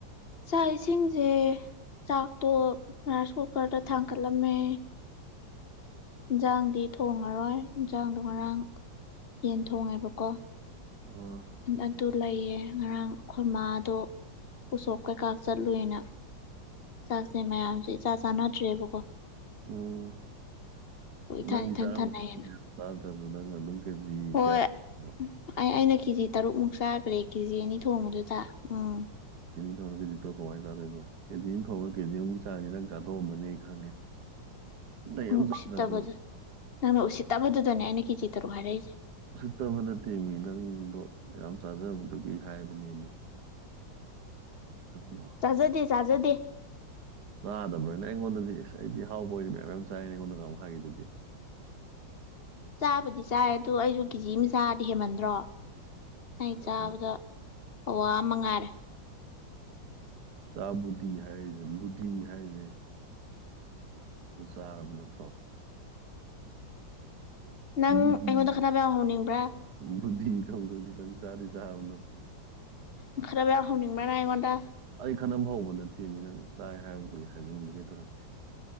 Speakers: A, on the left; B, on the right.
A: ꯆꯥꯛ ꯏꯁꯤꯡꯁꯦ ꯆꯥꯛꯇꯣ ꯉꯔ ꯁꯣꯛ ꯀꯥꯔꯗ ꯊꯥꯡꯀꯠꯂꯝꯃꯦ ꯏꯟꯖꯥꯡꯗꯤ ꯊꯣꯡꯉꯔꯣꯏ ꯏꯟꯖꯥꯡꯗꯣ ꯉꯔꯥꯡ ꯌꯦꯟ ꯊꯣꯡꯉꯦꯕꯀꯣ
B: ꯑꯥ
A: ꯑꯗꯨ ꯂꯩꯌꯦ ꯉꯔꯥꯡ ꯑꯩꯈꯣꯏ ꯃꯥꯗꯣ ꯎꯁꯣꯞ ꯀꯩꯀꯥ ꯆꯠꯂꯨꯏꯅ ꯥꯆꯥꯛꯁꯦ ꯃꯌꯥꯝꯁꯦ ꯏꯆꯥ ꯆꯥꯟꯅꯗ꯭ꯔꯦꯕꯀꯣ
B: ꯎꯝ
A: ꯏꯊꯟ
B: ꯅꯪꯗꯤ
A: ꯏꯊꯟ
B: ꯆꯥꯔꯝꯃꯩ
A: ꯊꯟꯅꯩꯌꯦꯅ
B: ꯆꯥꯗ꯭ꯔꯖꯨ ꯅꯪꯅ ꯑꯗꯨꯝ ꯀꯦꯖꯤ
A: ꯍꯣꯏ
B: ꯀꯌꯥꯅꯣ
A: ꯑꯩ ꯑꯩꯅ ꯀꯦꯖꯤ ꯇꯔꯨꯛꯃꯨꯛ ꯆꯥꯒꯔ꯭ꯦ ꯀꯦꯖꯤ ꯑꯅꯤ ꯊꯣꯡꯕꯗꯨꯗ ꯎꯝ
B: <unintelligible> ꯀꯥꯃꯥꯏ ꯆꯥꯗꯣꯏꯣꯅꯣ ꯑꯃ ꯊꯣꯡ ꯀꯦꯖꯤ ꯑꯝ ꯆꯥꯡꯅꯤ ꯅꯪ ꯆꯥꯊꯣꯛꯑꯝꯃꯅꯤ ꯑꯩ ꯈꯪꯉꯦ
A: <unintelligible>
B: ꯑꯇꯩ ꯑꯝ ꯆꯗꯔ꯭ꯖꯨ
A: ꯎꯁꯤꯠꯇꯕꯗ ꯅꯪꯅ ꯎꯁꯤꯠꯠꯇꯕꯗꯨꯗꯅꯦ ꯑꯩꯅ ꯀꯦꯖꯤ ꯇꯔꯨꯛ ꯍꯥꯏꯔꯛꯏꯁꯦ
B: ꯎꯁꯤꯠꯇꯕ ꯅꯠꯇꯦ ꯃꯤ ꯅꯪꯗꯣ ꯌꯥꯝ ꯆꯥꯖꯕꯗꯨꯒꯤ ꯍꯥꯏꯕꯅꯦ ꯃꯤ ꯪ ꯈꯪꯕꯔꯣ
A: ꯆꯥꯖꯗꯦ ꯆꯥꯖꯗꯦ
B: ꯆꯥꯗꯕ꯭ꯔꯣꯅ ꯑꯩꯉꯣꯟꯗꯗꯤ ꯑꯩꯗꯤ ꯍꯥꯎꯕ ꯑꯣꯏꯗꯤ ꯃꯌꯥꯝ ꯌꯥꯝ ꯆꯥꯏꯅ ꯑꯩꯉꯣꯟꯗꯥ ꯉꯥꯍꯟꯃꯨꯛ ꯍꯥꯏꯒꯗꯨꯗꯤ
A: ꯆꯥꯕꯨꯗꯤ ꯆꯥꯏ ꯑꯗꯨ ꯑꯩꯁꯨ ꯀꯦꯖꯤ ꯑꯃ ꯆꯥꯥꯔꯗꯤ ꯍꯦꯟꯃꯟꯗ꯭ꯔꯣ ꯑꯩ ꯆꯥꯕꯗ
B: ꯑꯗꯨꯅꯤ
A: ꯑꯋꯥ ꯑꯃ ꯉꯥꯏꯔꯦ
B: ꯆꯥꯕꯨꯗꯤ ꯍꯥꯏꯔꯦꯕꯨꯗꯤ ꯍꯥꯏꯔꯦ ꯑꯗꯨ ꯆꯥꯔꯕ ꯅꯠꯇ꯭ꯔꯣ
A: ꯅꯪ
B: ꯑꯣꯗꯤꯗꯗ
A: ꯑꯩꯉꯣꯟꯗ ꯈꯠꯅꯕ ꯌꯥꯝ ꯍꯧꯅꯤꯡꯕ꯭ꯔꯥ
B: ꯕꯨꯙꯤ ꯈꯪꯗ꯭ꯔꯁꯨꯈꯤꯇꯪ ꯆꯥꯔꯤ ꯆꯥꯕ ꯅꯠꯇ꯭ꯔꯣ
A: ꯎꯈꯔꯕ ꯑ ꯍꯧꯅꯤꯡꯕ꯭ꯔꯅ ꯑꯩꯉꯣꯟꯗ
B: ꯑꯩ ꯈꯅ ꯐꯥꯎꯧꯕ ꯅꯠꯇꯦ ꯃꯤ ꯅꯪ ꯆꯥꯏ ꯍꯥꯏꯕꯗꯨꯒꯤ ꯍꯥꯏꯖꯤꯟꯒꯦ ꯇꯧꯔꯛ